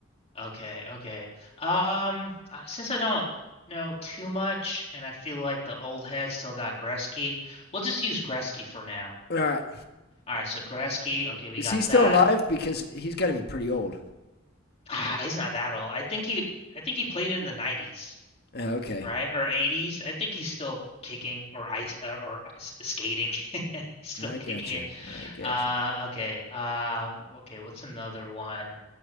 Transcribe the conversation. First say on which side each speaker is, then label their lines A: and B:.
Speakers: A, on the left; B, on the left.
A: Okay, okay. Um, uh, since I don't know too much, and I feel like the old head still got Gretzky, we'll just use Gretzky for now.
B: All right,
A: All right, so Gretzky. Okay, we
B: Is
A: got
B: he still
A: that.
B: alive? Because he's got to be pretty old.
A: Ah, he's not that old. I think he, I think he played in the '90s,
B: Uh, okay,
A: right, or '80s. I think he's still kicking or ice uh, or s- skating. <laughs> He's still
B: I
A: kicking
B: gotcha.
A: it.
B: I gotcha.
A: Uh, okay. Uh, okay. What's another one?